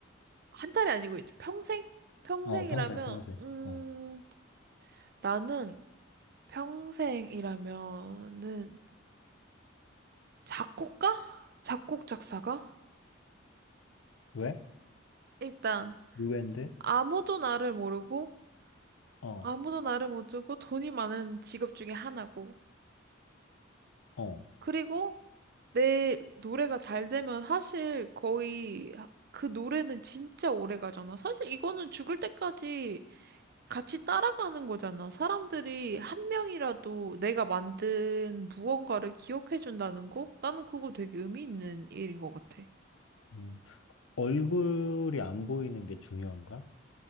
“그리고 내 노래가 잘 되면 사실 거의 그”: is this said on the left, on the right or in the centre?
Right